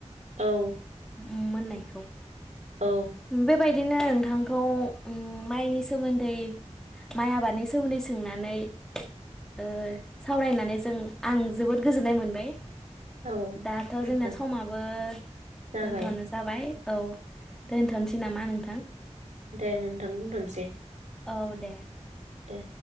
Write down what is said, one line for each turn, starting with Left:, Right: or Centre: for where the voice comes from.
Right: औ
Centre: ओम मोननायखौ
Right: औ
Centre: बेबाय दिनो नोंथां खौ माइनि सोमोन्दै माइ आबादनि सोमोन्दै सोंनानै ओ सावरायनानै जों आं जोबोद गोजोननाय मोनबाय
Right: औ
Centre: दाथ
Right: नोंथां
Centre: जोंना समाबो
Right: जाबाय
Centre: दोनथनो जाबाय औ दोनथनो स नामा नोंथां
Right: दे नोंथां दोनथनोसै
Centre: औ दे
Right: दे